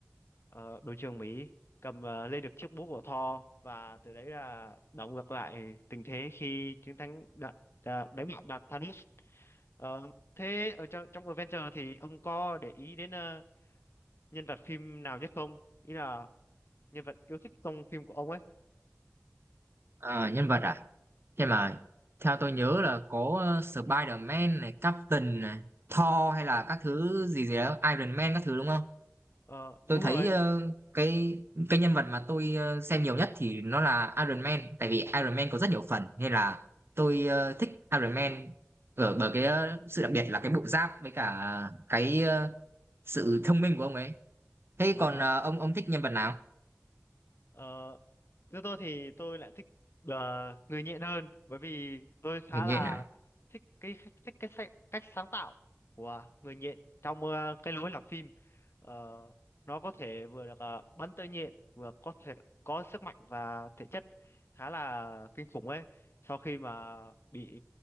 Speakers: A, on the left; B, on the right.
A: ờ, đội trưởng Mỹ cầm ờ, lên được chiếc búa của Thor và từ đấy là đảo ngược lại tình thế khi chiến thắng đạt đà- đánh bại đạt Thanos Ờ, thế ở trong trong Avengers thì ông có để ý đến ờ, nhân vật phim nào nhất không ý là nhân vật yêu thích trong phim của ông ấy
B: Ờ, nhân vật à? Nhưng mà theo tôi nhớ là có ờ, Spider-Man này, Captain này, Thor hay là các thứ gì gì đó, Iron Man các thứ đúng không?
A: Ờ,
B: Tôi
A: đúng
B: thấy
A: rồi
B: ờ, cái cái nhân vật mà tôi ờ, xem nhiều nhất thì nó là Iron Man, tại vì Iron Man có rất nhiều phần nên là tôi ờ, thích Iron Man ở bởi cái ờ, sự đặc biệt là cái bộ giáp với cả cái ờ, sự thông minh của ông ấy. Thế
A: Ờ,
B: còn ờ, ông ông thích nhân vật nào?
A: ờ, Như tôi thì tôi lại thích là người nhện hơn bởi vì tôi khá
B: Hình như
A: là
B: là.
A: thích cái thích cái sa- cách sáng tạo của người nhện trong ờ, cái lối làm phim. Ờ, nó có thể vừa được ờ, bắn tơi nhện vừa có thể có sức mạnh và thể chất khá là kinh khủng ấy. Sau khi mà bị